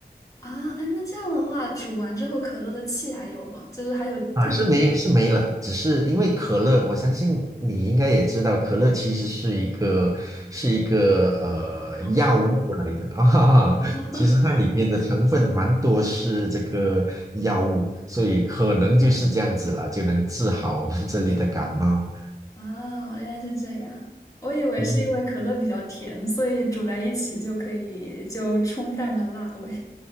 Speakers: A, on the left; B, on the right.
A: 啊。哎，那这样的话，煮完之后可乐的气还有吗？就是还有碳
B: 啊，是没有，是没了，只是因为可乐，我相信你应该也知道，可乐其实是一个是一个呃药物来的啊，
A: 糖水 <laughs>
B: <laughs> 其实它里面的成分蛮多是这个药物，所以可能就是这样子了，就能治好我们这里的感冒。
A: 啊，原来是这样。我以为是因为可乐比较甜，
B: 嗯
A: 所以煮在一起就可以就冲淡掉辣味。